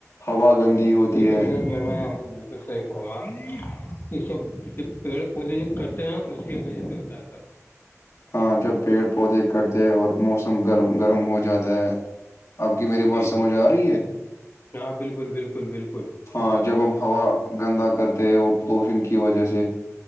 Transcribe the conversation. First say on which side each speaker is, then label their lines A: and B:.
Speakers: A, on the left; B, on the left.
A: ہوا گندی ہوتی
B: تو
A: ہے
B: کروا آپ نے بالکل صحیح کرا یہ سب پیڑ پودے جو کرتے ہیں اس کی وجہ سے ہوتا ہے سب
A: ہاں جب پیڑ پودے کٹتے ہیں اور موسم گرم گرم ہو جاتا ہے آپ کی میری
B: جی
A: بات سمجھ
B: جی
A: آ رہی ہے
B: ہاں بالکل بالکل بالکل
A: ہاں جب ہم ہوا گندا کرتے ہیں وہ پولوشن کی وجہ سے